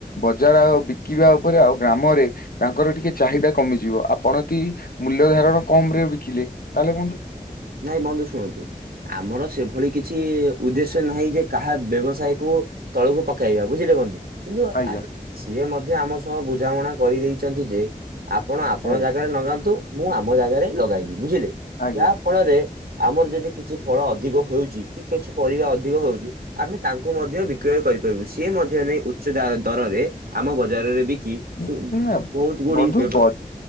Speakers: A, on the left; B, on the right.
A: ବଜାର ଆଉ ବିକିବା ଉପରେ ଆଉ ଗ୍ରାମରେ। ତାଙ୍କର ଟିକେ ଚାହିଦା କମିଯିବ ଆପଣ ଯଦି ମୂଲ୍ୟ ଧାରଣ କମ ରେ ବିକିଲେ ତାହେଲେ ବନ୍ଧୁ।
B: ନାଇଁ ବନ୍ଧୁ ଶୁଣନ୍ତୁ। ଆମର ସେଭଳି କିଛି ଉଦ୍ଦେଶ୍ୟ ନାହିଁ ଯେ କାହା ବ୍ୟବସାୟକୁ ତଳକୁ ପକେଇବା ବୁଝିଲେ ବନ୍ଧୁ। କିନ୍ତୁ
A: ଆଜ୍ଞା।
B: ଆଜି ସିଏ ମଧ୍ୟ ଆମ ସହ ବୁଝାମଣା କରିଦେଇଛନ୍ତି ଯେ। ଆପଣ ଆପଣ
A: ଆଜ୍ଞା
B: ଜାଗାରେ ଲଗାନ୍ତୁ ମୁଁ ଆମ ଜାଗାରେ ଲଗାଇବି ବୁଝିଲେ
A: ଆଜ୍ଞା
B: ଯାହା ଫଳରେ ଆମର ଯଦି କିଛି ଫଳ ଅଧିକ ହଉଛି କି କିଛି ପରିବା ଅଧିକ ହଉଛି। ଆମେ ତାଙ୍କୁ ମଧ୍ୟ ବିକ୍ରୟ କରିପାରିବୁ ସିଏ ମଧ୍ୟ ନେଇ ଉଚ୍ଚ ଦା ଦରରେ ଆମ ବଜାରରେ କି
A: ଉଁ, ନା
B: ବହୁତ ଗୁଡି
A: ବନ୍ଧୁ
B: ବ୍ୟବସ୍
A: ବ